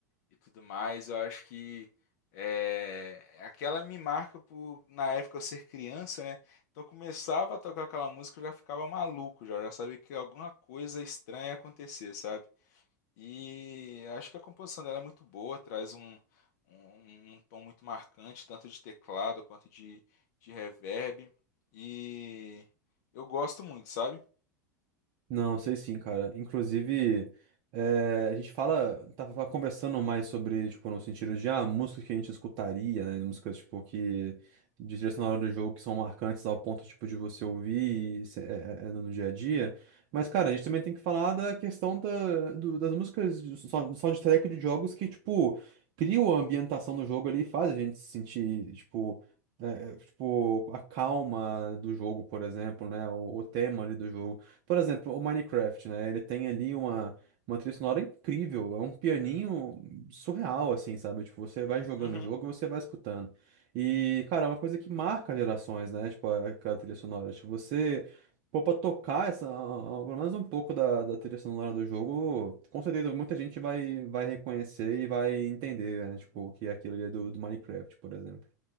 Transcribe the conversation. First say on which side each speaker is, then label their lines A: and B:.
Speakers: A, on the left; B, on the right.
A: e tudo mais. Eu acho que é, aquela me marca por na época eu ser criança, né? Então eu começava a tocar aquela música, eu já ficava maluco, já, já sabia que alguma coisa estranha ia acontecer, sabe? E acho que a composição dela é muito boa, traz um, um, um tom muito marcante, tanto de teclado quanto de, de reverb. E eu gosto muito, sabe?
B: Não, sei sim, cara. Inclusive, eh, a gente fala, tava conversando mais sobre, tipo, no sentido de, ah, músicas que a gente escutaria, né? Músicas, tipo, que de trilha sonora do jogo que são marcantes ao ponto, tipo, de você ouvir e se- eh, eh, eh, no dia a dia. Mas, cara, a gente também tem que falar da questão da, do- das músicas de sou- soundtrack de jogos que, tipo, criam a ambientação do jogo ali e faz a gente se sentir, tipo, eh, eh, tipo, a calma do jogo, por exemplo, né? O, o tema ali do jogo. Por exemplo, o Minecraft, né? Ele tem ali uma, uma trilha sonora incrível, é um pianinho surreal, assim, sabe? Tipo, você vai jogando
A: Uhum,
B: o jogo, você vai escutando. E, cara, é uma coisa que marca gerações, né? Tipo, a- aquela trilha sonora. Tipo, você, pô, pra tocar essa, pelo menos um pouco da, da trilha sonora do jogo, com certeza muita gente vai, vai reconhecer e vai entender, né? Tipo, que é aquilo ali é do, do Minecraft, por exemplo.